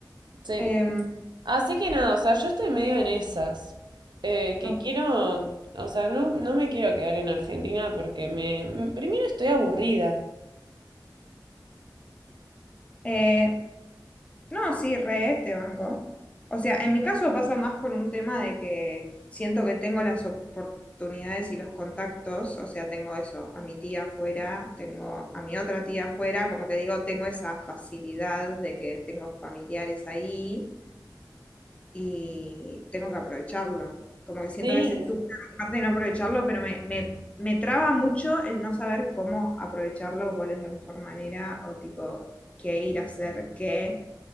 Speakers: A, on the right; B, on the left.
A: Sí.
B: Em,
A: Así que nada, o sea, yo estoy medio en esas. Eh, que
B: no.
A: quiero, o sea, no, no me quiero quedar en Argentina porque me, primero estoy aburrida.
B: Eh, No, sí, re este banco. O sea, en mi caso pasa más por un tema de que siento que tengo las oportunidades y los contactos, o sea, tengo eso, a mi tía afuera, tengo a mi otra tía afuera, como que digo, tengo esa facilidad de que tengo familiares ahí y tengo que aprovecharlo. Como que siento
A: Sí.
B: que es estúpido parte de no aprovecharlo, pero me, me, me traba mucho el no saber cómo aprovecharlo, cuál es la mejor manera o tipo qué ir a hacer qué.